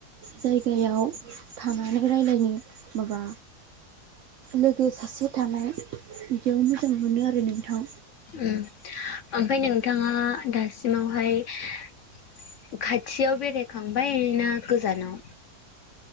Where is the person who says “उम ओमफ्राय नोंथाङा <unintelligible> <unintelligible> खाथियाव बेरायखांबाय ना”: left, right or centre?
Left